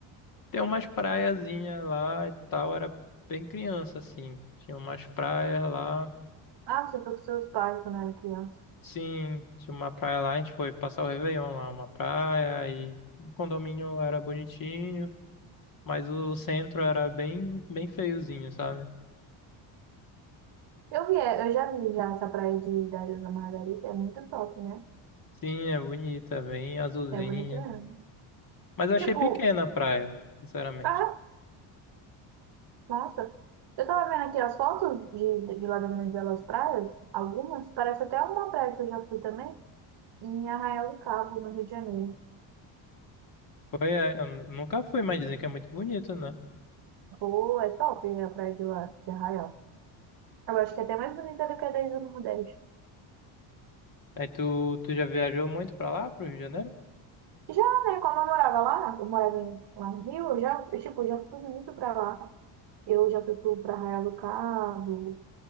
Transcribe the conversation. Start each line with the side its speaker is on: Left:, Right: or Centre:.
Left: Tem umas praiazinhas lá e tal, era bem criança, assim. Tinha umas praias lá.
Right: Ah, você foi com seus pais quando era criança.
Left: Sim, tinha uma praia lá, a gente foi passar o Réveillon lá, uma praia, e o condomínio era bonitinho, mas o centro era bem, bem feiozinho, sabe?
Right: Eu vi, é, eu já vi já essa praia de Dario Ilha da Margarita, é muito top, né?
Left: Sim, é bonita, bem azulzinha.
Right: É bonito mesmo.
Left: Mas eu achei
Right: Tipo,
Left: pequena a praia, sinceramente.
Right: ah, nossa, eu tava vendo aqui as fotos de, de lá da Venezuela, as praias, algumas, parece até uma praia que eu já fui também, em Arraial do Cabo, no Rio de Janeiro.
Left: Foi, é, eu nunca fui, mas dizem que é muito bonito, né?
Right: Pô, é top a praia de lá, de Arraial. Eu acho que é até mais bonita do que a da Ilha do Nordeste.
Left: Aí tu, tu já viajou muito pra lá, pro Rio de Janeiro?
Right: Já, né, quando eu morava lá, eu morava em- lá no Rio, eu já, eu, tipo, já fui muito pra lá. Eu já fui pro, pra Arraial do Cabo,